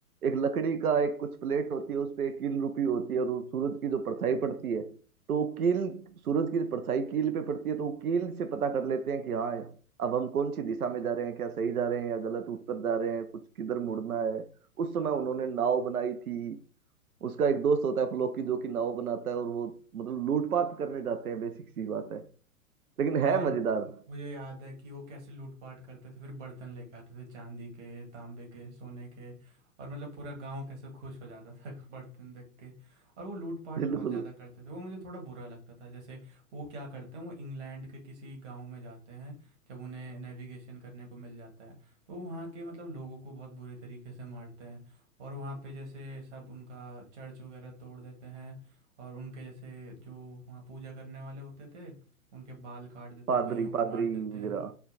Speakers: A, on the right; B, on the right.
A: एक लकड़ी का एक कुछ प्लेट होती है उस पे एक कील रुपी होती है और उस सूरज की जो परछाई पड़ती है तो वो कील सूरज की जो परछाई कील पे पड़ती है तो वो कील से पता कर लेते हैं कि हाँ अब हम कौन सी दिशा में जा रहे हैं क्या सही जा रहे हैं या गलत उत्तर जा रहे हैं कुछ किधर मुड़ना है उस समय उन्होंने नाव बनाई थी उसका एक दोस्त होता है फ्लोकी जो कि नाव बनाता है और वो मतलब लूटपाट करने जाते हैं बेसिक सी बात है लेकिन
B: हाँ
A: है मजेदार
B: मुझे याद है कि वो कैसे लूटपाट करते थे फिर बर्तन लेके आते थे चांदी के तांबे के सोने के और मतलब पूरा गांव कैसे खुश हो जाता था <laughs> बर्तन देख के और वो लूटपाट
A: बिल्कुल
B: बहुत ज़्यादा करते थे वो मुझे थोड़ा बुरा लगता था जैसे वो क्या करते हैं वो इंग्लैंड के किसी गांव में जाते हैं जब उन्हें नेविगेशन करने को मिल जाता है तो वो वहाँ के मतलब लोगों को बहुत बुरे तरीके से मारते हैं और वहाँ पे जैसे सब उनका चर्च वगैरह तोड़ देते हैं और उनके जैसे जो वहाँ पूजा करने वाले होते थे उनके बाल काट देते
A: पादरी
B: हैं कईयों को
A: पादरी
B: मार देते
A: वगैरह
B: हैं